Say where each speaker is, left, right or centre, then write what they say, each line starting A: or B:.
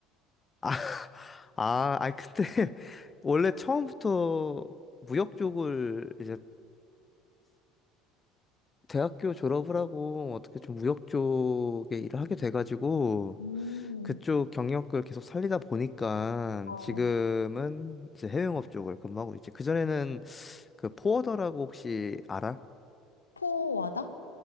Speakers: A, on the left; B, on the left.
A: 아, 아, 아니 근데 <laughs> 원래 처음부터 무역 쪽을 이제 대학교 졸업을 하고 어떻게 좀 무역 쪽에 일을 하게 돼가지고
B: 음.
A: 그쪽 경력을 계속 살리다 보니까
B: 어,
A: 지금은 이제 해외영업 쪽을 근무하고 있지. 그전에는 그 포워더라고 혹시 알아?
B: 포워드?